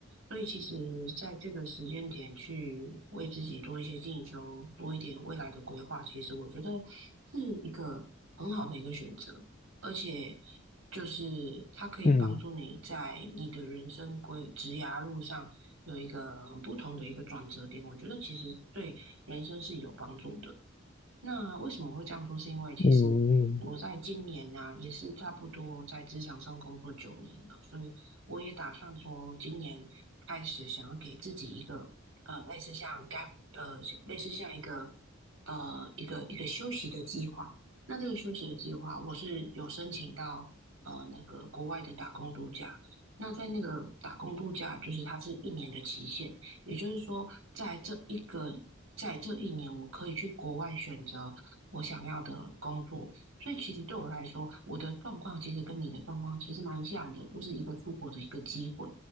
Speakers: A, on the right (about 80°); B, on the left (about 35°).
A: 所以其实在这个时间点去为自己多一些进修，多一点未来的规划，其实我觉得是一个很好的一个选择，而且就是它可以帮助你在你的人生规职涯路上有一个很不同的一个转折点。
B: 嗯
A: 我觉得其实对。人生是有帮助的。那为什么会这样说？是因为其实我在今年呢、
B: 嗯嗯嗯。
A: 也是差不多在职场上工作九年了，所以我也打算说，今年开始想要给自己一个呃，类似像 gap，呃，类似像一个呃一个一个休息的计划。那这个休息的计划，我是有申请到呃那个国外的打工度假。那在那个打工度假，就是它是一年的期限，也就是说，在这一个，在这一年，我可以去国外选择我想要的工作。所以其实对我来说，我的状况其实跟你的状况其实蛮像的，就是一个出国的一个机会。